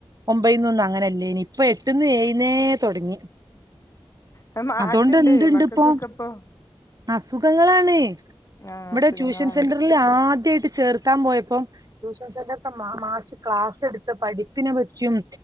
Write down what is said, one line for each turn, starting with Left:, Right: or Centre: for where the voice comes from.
Right: ഒമ്പന്നു ഒന്നും അങ്ങനെ അങ്ങനെല്ലനി ഇപ്പ എട്ടന്ന് എഴ്‌ന്നേ തുടങ്ങി
Left: അത് മാറ്റണ്ട്
Right: അതോണ്ട് എന്തിണ്ടിപ്പോ
Left: മക്കൾക്കൊക്കെ ഇപ്പൊ
Right: അസുഖങ്ങളാണ്
Left: ആഹ്
Right: ഇവിടെ
Left: അസുഖങ്ങളാണ്
Right: ട്യൂഷൻ സെന്ററിൽ ആദ്യ ട്ട് ചേർത്താൻ പോയപ്പം ട്യൂഷൻസെന്റർത്തെ മാഷ് ക്ലാസെടുത്ത് പഠിപ്പിനെ പറ്റ റ്റിയും